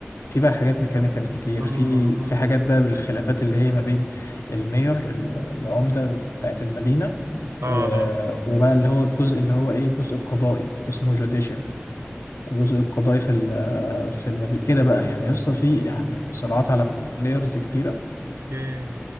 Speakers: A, on the left (about 80°); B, on the right (about 80°).
A: في بقى حاجات ميكانيكال كتير
B: اه
A: في
B: اه
A: في حاجات بقى بالخلافات اللي هي ما بين المير ال- العمده بتاعت المدينه
B: اه
A: و...
B: اه
A: وبقى اللي هو الجزء اللي هو ايه الجزء القضائي اسمه جوديشال الجزء القضائي في ال... في المدينة كده بقى يعني يا اسطى في يعني صراعات على لايرز كتيرة
B: اوكي